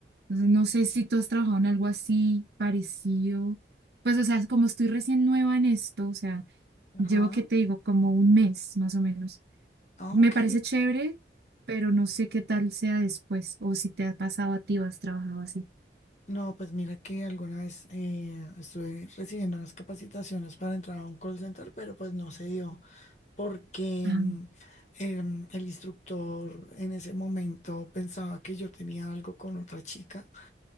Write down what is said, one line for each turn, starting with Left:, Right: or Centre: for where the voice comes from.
Right: Entonces, no sé si tú has trabajado en algo así parecido. Pues, o sea, como estoy recién nueva en esto, o sea,
Left: Ajá.
Right: llevo, que te digo? Como un mes más o menos.
Left: Ah,
Right: Me
Left: ok.
Right: parece chévere, pero no sé qué tal sea después o si te ha pasado a ti o has trabajado así.
Left: No, pues mira que alguna vez eh, estuve recibiendo unas capacitaciones para entrar a un call center, pero pues no se dio porque
Right: Ah,
Left: mm, em, el instructor en ese momento pensaba que yo tenía algo con otra chica.